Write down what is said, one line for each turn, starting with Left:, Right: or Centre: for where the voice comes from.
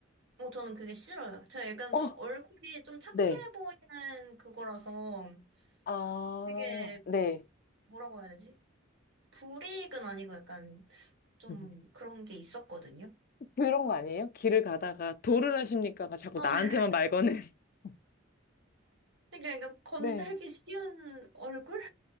Right: 어, 저는 그게 싫어요. 제가 약간
Left: 어,
Right: 좀 얼굴이 좀 착해
Left: 네.
Right: 보이는 그거라서
Left: 아,
Right: 되게
Left: 네.
Right: 뭐라고 해야 되지? 불이익은 아니고 약간 좀
Left: <laughs>
Right: 그런 게 있었거든요.
Left: 그런 거 아니에요? 길을 가다가 도를 하십니까가 자꾸
Right: 어,
Left: 나한테만
Right: <laughs>
Left: 말 거는. <laughs>
Right: 그러니까 건들기
Left: 네.
Right: 쉬운 얼굴?